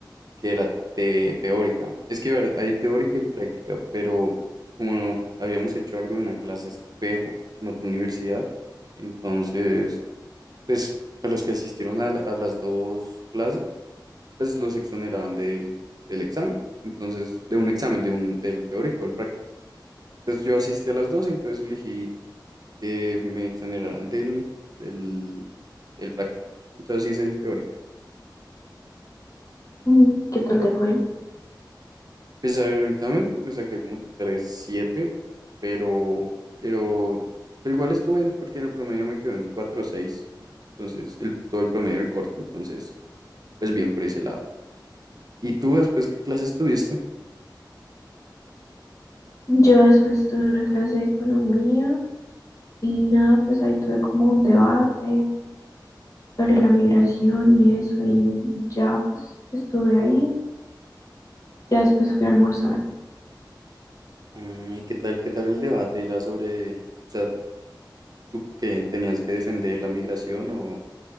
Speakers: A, on the right; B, on the left.
A: que era te- teórica. Es que a ver, hay teórica y práctica, pero como habíamos hecho algo de una clase espejo con otra universidad, entonces, pues a los que asistieron a, la- a las dos clases, pues los exoneraban del, del examen. Entonces, de un examen, de un, del teórico, del práctico. Entonces yo asistí a las dos, entonces elegí que me exoneraran del, del, del práctico. Entonces hice el teórico.
B: Mm, ¿Qué tal te fue?
A: Pues a ver, en el examen me saqué como 3.7, pero, pero, pero igual estuvo bien porque en el promedio me quedó en cuatro punto seis Entonces, el, todo el promedio del corte. Entonces, pues bien por ese lado. ¿Y tú después qué clases tuviste?
B: Yo después tuve una clase de economía y nada, pues ahí tuve como un debate sobre la migración y eso y ya pues estuve ahí. Ya después fui a almorzar.
A: Ay, ¿qué tal, qué tal el debate? ¿Era sobre, o sea, tú que tenías que defender la migración o,